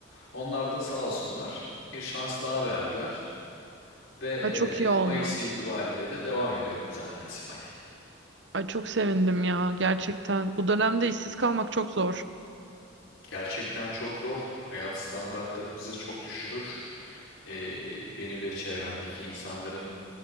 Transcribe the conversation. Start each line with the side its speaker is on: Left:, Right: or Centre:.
Left: Onlar da sağ olsunlar bir şans daha verdiler ve
Right: Ay çok iyi olmuş.
Left: e, Mayıs itibariyle de devam ediyorum zaten Simay.
Right: Ay çok sevindim ya gerçekten. Bu dönemde işsiz kalmak çok zor.
Left: Gerçekten çok zor. Hayat standartlarımızı çok düşürür. E, beni ve çevremdeki insanların